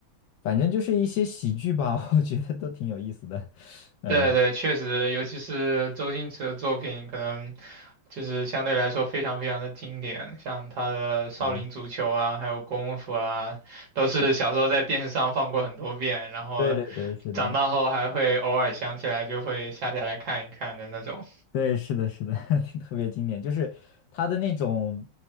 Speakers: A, on the left; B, on the right.
A: 反正就是一些喜剧吧，<laughs> 我觉得都挺有意思的，嗯。
B: 对对，确实，尤其是周星驰的作品，可能就是相对来说非常非常的经典，像他的《少林足球》啊，
A: 对
B: 还有《功夫》啊，都是小时候在电视上放过很多遍，然后
A: 对嗯对对，是的，
B: 长大后还会偶尔想起来就会下下来看一看的那种。
A: 对，是的，是的，<laughs> 特别经典，就是他的那种